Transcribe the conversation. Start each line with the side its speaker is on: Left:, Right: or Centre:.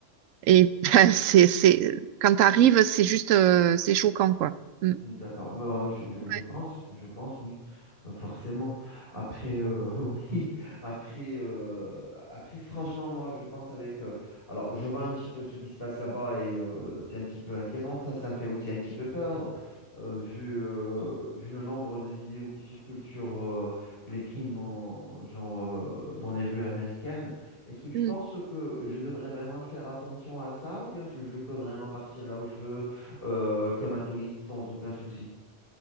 Right: et <laughs> ben, c'est, c'est, quand t'arrives, c'est juste, euh, c'est choquant, quoi. Mm.
Left: D'accord. Bah, je, je, je
Right: Ouais.
Left: pense, je pense, oui, Euh, forcément. Après, euh, <laughs> oui, après, euh, après, franchement, moi, je pense avec. euh, alors, je vois un petit peu ce qui se passe là-bas et euh, c'est un petit peu inquiétant. Ça, ça me fait aussi un petit peu peur, euh, vu, euh, vu le nombre de vidéos qui circulent sur euh, les crimes dans, genre, euh, dans les rues américaines. Est-ce que tu
Right: Mm.
Left: penses que je devrais vraiment faire attention à ça ou bien je je peux vraiment partir là où je veux? euh, comme un touriste sans aucun souci.